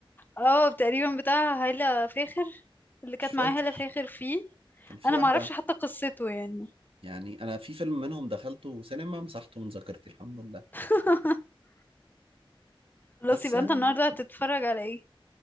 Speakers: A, on the left; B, on the right.
A: اه تقريبا بتاع هالة فاخر اللي كانت
B: مش فاكر
A: معايا هالة فاخر فيه
B: كان في
A: انا
B: واحده
A: ما اعرفش حتى قصته يعني
B: يعني انا في فيلم منهم دخلته سينما مسحته من ذاكرتي الحمد لله
A: <laughs> خلاص
B: بس
A: يبقى
B: يعني
A: انت النهارده هتتفرج على ايه